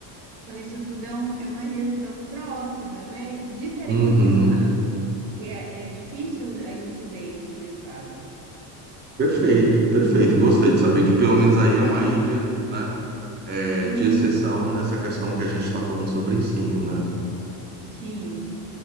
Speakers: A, on the right; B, on the right.
A: então, isso tudo é, um- é uma gestão próxima, né? Diferente
B: Uhum.
A: do Estado, que é, é difícil a gente ver isso no Estado.
B: Perfeito, perfeito. Gostei de saber que pelo menos aí é uma ilha, né? é,
A: Uhum.
B: de exceção nessa questão que a gente está falando sobre ensino, né?
A: Sim,